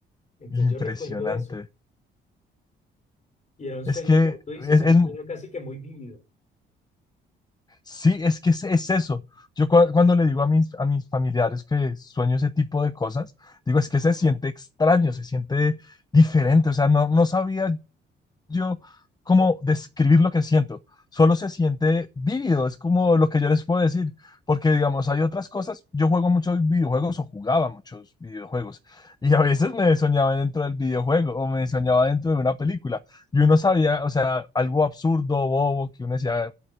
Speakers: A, on the left; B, on the left.
A: Entonces
B: impresionante.
A: yo recuerdo eso. Y era un sueño,
B: Es que,
A: como tú dices,
B: es,
A: era
B: es-
A: un sueño casi que muy vívido.
B: sí, es que es, es eso. Yo cua- cuando le digo a mis, a mis familiares que sueño ese tipo de cosas, digo, es que se siente extraño, se siente diferente. O sea, no, no sabía yo cómo describir lo que siento. Solo se siente vívido, es como lo que yo les puedo decir, porque digamos, hay otras cosas, yo juego muchos videojuegos o jugaba muchos videojuegos y a veces me soñaba dentro del videojuego o me soñaba dentro de una película y uno sabía, o sea, algo absurdo, bobo, que uno decía,